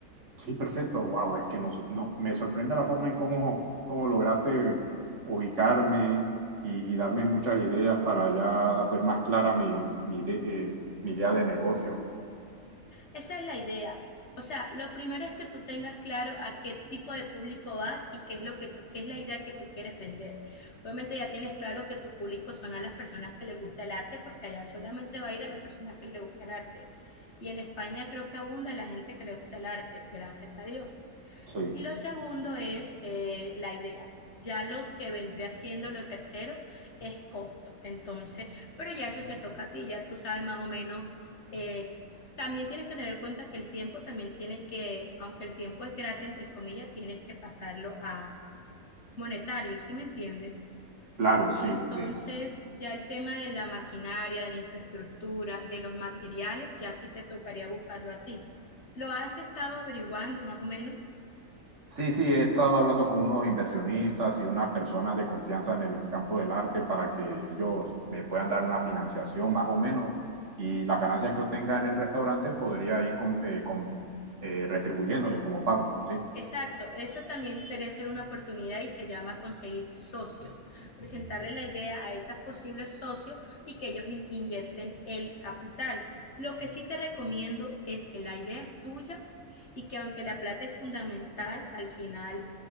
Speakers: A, on the right; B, on the left.
A: sí, perfecto. Wow, es que no, no, me sorprende la forma en cómo, cómo lograste ubicarme y, y darme muchas ideas para ya hacer más clara mi, mi, ide- eh, mi idea de negocio.
B: Esa es la idea. O sea, lo primero es que tú tengas claro a qué tipo de público vas y qué es lo que tú- qué es la idea que tú quieres vender. Obviamente ya tienes claro que tu público son a las personas que les gusta el arte, porque allá solamente va a ir a las personas que les gusta el arte. Y en España creo que abunda la gente que le gusta el arte, gracias a Dios.
A: Sí,
B: Y lo segundo es eh, la idea. Ya lo que vendría siendo lo tercero es costo. Entonces, pero ya eso se toca a ti, ya tú sabes más o menos. eh, también tienes que tener en cuenta que el tiempo también tiene que, aunque el tiempo es gratis, entre comillas, tienes que pasarlo a monetario, ¿sí me entiendes?
A: claro, sí,
B: Entonces,
A: sí.
B: ya el tema de la maquinaria, de la infraestructura, de los materiales, ya sí te tocaría buscarlo a ti. ¿Lo has estado averiguando más o menos?
A: Sí, sí, he estado hablando con unos inversionistas y unas personas de confianza en el campo del arte para que ellos me puedan dar una financiación más o menos y las ganancias que obtenga en el restaurante podría ir con, eh, con- eh, retribuyéndoles como pago, ¿sí?
B: Exacto, eso también podría ser una oportunidad y se llama conseguir socios, presentarle la idea a esos posibles socios y que ellos in- inyecten el capital. Lo que sí te recomiendo es que la idea es tuya y que aunque la plata es fundamental, al final